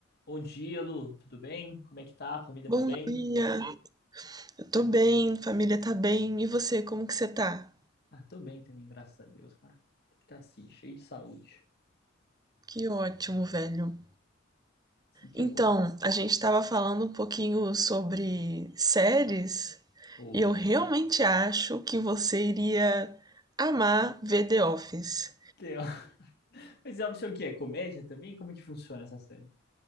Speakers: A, on the left; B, on the right.
A: Bom dia, Lu. Tudo bem? Como é que tá? A família
B: Bom
A: tá bem?
B: dia, eu tô bem, família tá bem, e você, como que você tá?
A: Ah, tô bem também, graças a Deus, cara. Tem que estar assim, cheio de saúde.
B: Que ótimo, velho.
A: Assim que
B: Então,
A: é bom.
B: a gente tava falando um pouquinho sobre séries,
A: Opa.
B: e eu realmente acho que você iria amar ver The Office.
A: Tem, ó. <laughs> Mas sabe o que é? Comédia também? Como é que funciona essa série?